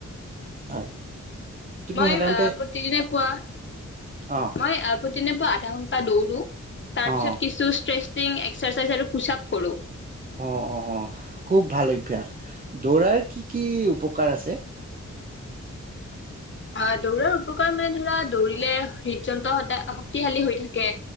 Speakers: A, on the right; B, on the left.
A: হয় তুমি
B: মই
A: সাধাৰণতে
B: আহ প্ৰতিদিনে পুৱা
A: অ
B: মই আহ প্ৰতিদিনে আধা ঘণ্টা দৌৰো তাৰপিছত
A: অ
B: কিছু শ্ৰেষ্ঠ এক্সেচাইজ আৰু পুচাপ কৰো
A: অ অ অ খুব ভাল অ অভ্যাস দৌৰাৰ কি কি উপকাৰ আছে?
B: আহ দৌৰাৰ উপকাৰ মানে ধৰা দৌৰিলে হৃদযন্ত্ৰ সদায় শক্তিশালী হৈ থাকে।